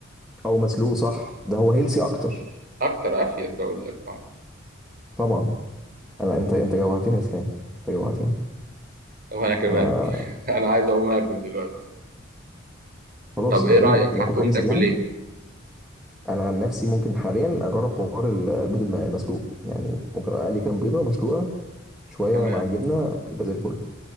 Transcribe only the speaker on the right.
اكتر افيد بقول لك اه
طب انا كمان
<laughs> انا عايز اقوم اكل دلوقتي
طب ايه
رايك
هتقوم
تاكل
ايه
تمام